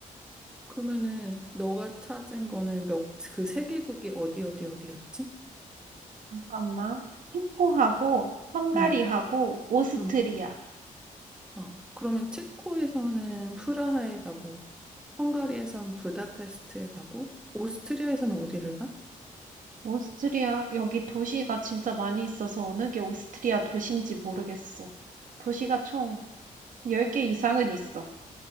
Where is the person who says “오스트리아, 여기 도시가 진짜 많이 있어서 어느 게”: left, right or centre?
Right